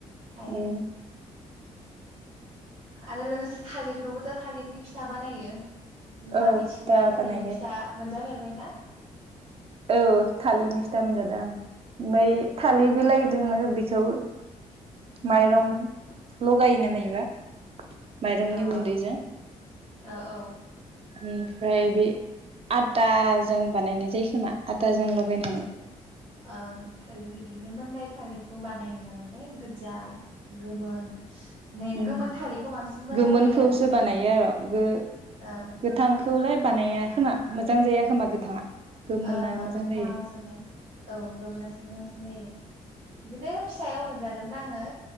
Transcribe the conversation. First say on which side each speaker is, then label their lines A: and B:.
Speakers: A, on the right; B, on the right.
A: थायो
B: उम
A: आरो लोगोसे थालिरखौबोथ' थालिरनि फिथा बानायो नोंथाङा
B: औ
A: मिथिगौना
B: फिथा
A: थालिरनि
B: बानायो
A: फिथा मोनजा फेरबायना
B: औ थालिरनि फिथा मोनजादों आं ओमफ्राय थालिर बिलाइदोनो बेखौ माइरं
A: ओ ओ
B: लगायो नामा माब्रैबा माइरंनि
A: ओ
B: गुन्दैजों।
A: एसे औ औ
B: ओमफ्राय बे आथाजों बानायनाय जायो खोमा। आदाजों लगायनानै
A: ओं थालिर बिदिनो मोननाय थालिरखौ बानायो नामाथाय गोजा गोमो माने
B: उम
A: गोमोन थालिरखौ बांसिन मोजां
B: गोमोनखौसो
A: जायो आरो
B: बानायो आरो गो
A: ओ।
B: गोथांखौलाय बानाया खोमा मोजां जाया खोमा गोथाङा। गोमोना
A: ओंहो
B: मोजां
A: गोथाङा
B: जायो
A: मोजां जाया। औ गोमोनासो मोजांसिन जायो। बिदिनो फिसायाव मोनजादोंमोन आङो।